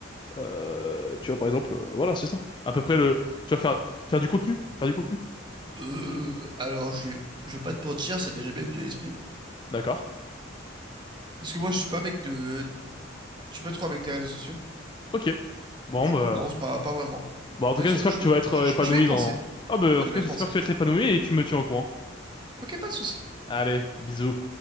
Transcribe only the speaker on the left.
euh, tu vois, par exemple, euh, voilà, c'est ça. À peu près le. Tu vas faire faire du contenu, faire du contenu.
D'accord.
Ok. Bon,
bah...
bon, en tout
cas,
j'espère
que tu vas être
euh, épanoui
dans. Ah, bah,
en tout
cas,
j'espère
que tu vas être épanoui et tu me tiens au courant.
Allez, bisous.